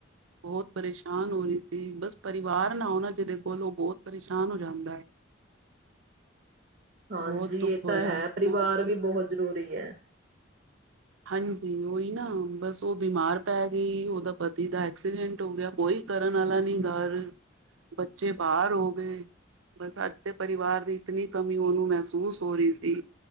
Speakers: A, on the right; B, on the right.
A: ਬਹੁਤ ਪਰੇਸ਼ਾਨ ਹੋ ਰਹੀ ਸੀ ਬਸ ਪਰਿਵਾਰ ਨਾ ਹੋ ਨਾ ਜਿਹਦੇ ਕੋਲ ਉਹ ਬਹੁਤ ਪਰੇਸ਼ਾਨ ਹੋ ਜਾਂਦਾ ਹੈ।
B: ਹਾਂਜੀ
A: ਬਹੁਤ ਦੁੱਖ
B: ਇਹ
A: ਹੋਇਆ
B: ਤਾਂ ਹੈ। ਪਰਿਵਾਰ
A: ਬਸ
B: ਵੀ ਬਹੁਤ ਜ਼ਰੂਰੀ ਹੈ।
A: ਹਾਂਜੀ ਉਹੀ ਨਾ ਬਸ ਉਹ ਬਿਮਾਰ ਪੈ ਗਈ ਉਹਦਾ ਪਤੀ ਦਾ ਐਕਸੀਡੈਂਟ ਹੋ ਗਿਆ ਕੋਈ ਕਰਨ ਵਾਲਾ ਨੀ ਗਰ ਬੱਚੇ ਬਾਹਰ ਹੋ ਗਏ ਬਸ ਅੱਜ ਤੇ ਪਰਿਵਾਰ ਦੀ ਇਤਨੀ ਕਮੀ ਉਹਨੂੰ ਮੇ ਸੂਸ ਹੋ ਰਹੀ ਸੀ।